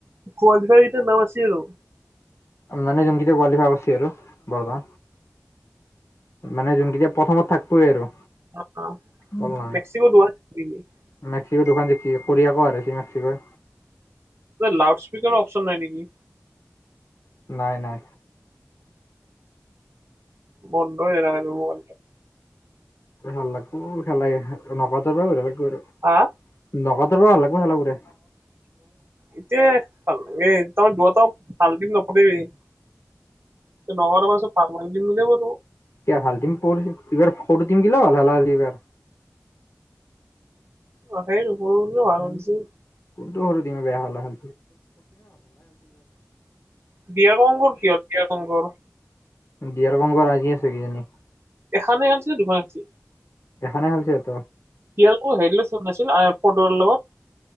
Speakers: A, on the right; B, on the left.
A: কোৱালিফাইত এতিয়া নাম আছে আৰু
B: মানে যোনকেইটা কোৱালিফাই আগত সেইটো কৰবা মানে যোনকেইটা প্ৰথমত থাকবয়ে আৰু!
A: অ', অ'!
B: তল নাই
A: মেক্সিকো দুবাৰ থাকিবই
B: মেক্সিকো দোকান জিকছি, কোৰিয়াকো হাৰাইছি ৰাখিবই
A: লাউড স্পিকাৰৰ অপচন নাই নেকি?
B: নাই, নাই!
A: <unintelligible>
B: ভাল লাগব খেলা এইখান, নগত আউটৰ পৰা বঢ়িয়া লাগব আৰু!
A: হা
B: নগত আউটৰ পৰা ভাল লাগব খেলাবোৰে!
A: ইতে <unintelligible> <unintelligible>
B: এয়া ভাল টিম ফ'ৰ এইবাৰ সৰু টিম গিলাও এইবাৰ
A: অ সেইটো ফৰন ন আ আৰন
B: উম,
A: চি
B: কোনটো সৰু টিমে বেয়া খেলা <inaudible> <inaudible>
A: বিয়াৰ কংগৰ কি হ'ল বিয়াৰ কংগৰ
B: বিয়েৰ কংকৰ আছি আছে কিজানি!
A: এখানে আনছি না দুখ আনছি?
B: এখানে আনছি আত!
A: কি হ'ল তোৰ পৰ্তুগালৰ লগত!